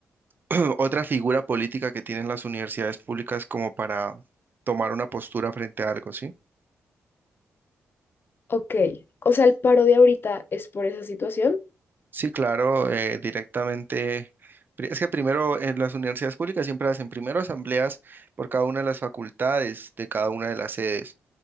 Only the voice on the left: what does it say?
Ok, o sea, el paro de ahorita es por esa situación.